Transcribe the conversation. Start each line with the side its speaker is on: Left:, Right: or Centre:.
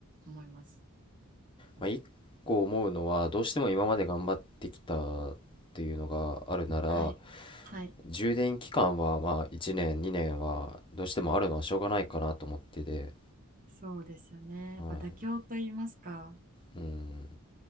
Right: 思いますので、
Left: まあ、一個思うのは、どうしても今まで頑張ってきたっていうのがあるなら、
Right: はい、はい、
Left: 充電期間はまあ1年、2年はどうしてもあるのはしょうがないかなと思ってて、
Right: そうですよね。やっぱ妥協と言いますか、
Left: はい。うん。